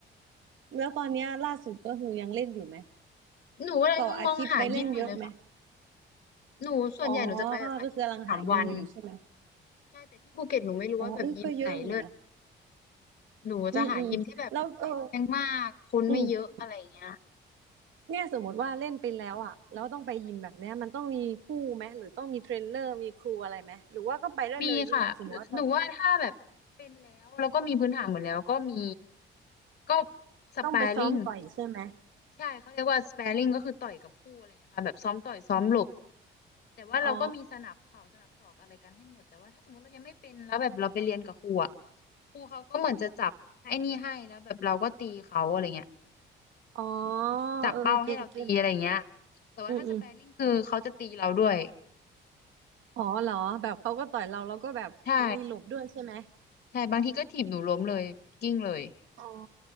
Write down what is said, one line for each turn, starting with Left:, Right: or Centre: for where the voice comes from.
Right: แล้วตอนเนี้ยล่าสุดก็คือยังเล่นอยู่ไหม
Left: หนูกำลังมองหายิมอยู่เลยค่ะ
Right: ต่ออาทิตย์ไปเล่นเยอะไหม
Left: หนูส่วนใหญ่หนูจะไปแบบอาทิตย์ละสามวัน
Right: อ๋อก็คือกำลังหายิมอยู่ใช่ไหม
Left: ใช่แต่ที่ภูเก็ตหนูไม่รู้ว่าแบบยิมไหนเลิศ
Right: อ๋ออุ้ยก็เยอะอยู่นะ
Left: หนูจะหายิมที่แบบไม่แพงมากคนไม่เยอะอะไรเงี้ย
Right: อืมอืมแล้วเอออืม เนี่ยสมมติว่าเล่นไปแล้วอ่ะแล้วต้องไปยิมแบบเนี้ยมันต้องมีคู่ไหมหรือต้องมีเทรนเนอร์มีครูอะไรไหมหรือว่าก็ไปได้เลยอย่างนี้เหรอสมมติว่า
Left: มีค่ะหนูว่าถ้าแบบเป็นแล้วแล้วก็มีพื้นฐานหมดแล้วก็มีก็สแปาริง
Right: ต้องไปซ้อมต่อยใช่ไหม
Left: ใช่เขาเรียกว่าสแปรริงก็คือต่อยกับคู่อะไรอย่างเงี้ยค่ะแบบซ้อมต่อยซ้อมหลบแต่ว่าเราก็มีสนับเข่าสนับศอกอะไรกันให้หมดแต่ว่าถ้าสมมติเรายังไม่เป็นแล้วแบบเราไปเรียนกับครูอ่ะ
Right: อ๋อ
Left: ครูเขาก็เหมือนจะจับไอ้นี่ให้แล้วแบบเราก็ตีเขาอะไรเงี้ย
Right: อ๋อ
Left: จับเป้าให้เราตีอะไรเงี้ย
Right: เออเก็ตเก็ต
Left: แต่ว่าถ้าสแปร์ริงคือเขาจะตีเราด้วย
Right: อืมอืมอ๋อเหรอแบบเขาก็ต่อยเราแล้วก็แบบมีหลบด้วยใช่ไหม
Left: ใช่ ใช่บางทีก็ถีบหนูล้มเลยกิ้งเลย
Right: อ๋อ